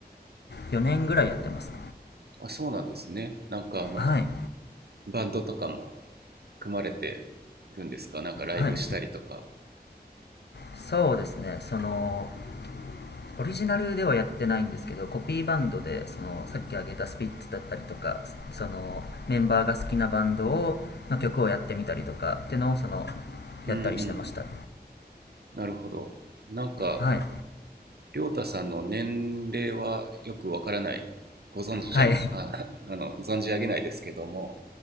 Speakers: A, on the left (about 80°); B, on the right (about 70°).
A: 4年ぐらいやってます
B: あ、そうなんですね。なんかあの、
A: はい
B: バンドとかも組まれてるんですかなんかライブしたりとか。
A: はいそうですねそのオリジナルではやってないんですけどコピーバンドでそのさっき挙げたスピッツだったりとかそのメンバーが好きなバンドをの曲をやってみたりとかってのをその
B: うんうん。
A: やったりしてました
B: なるほど。なんか、
A: はい
B: りょうたさんの年齢はよくわからない。ご存知じゃん、
A: はい
B: あ、<laughs> あの、存じ上げないですけども、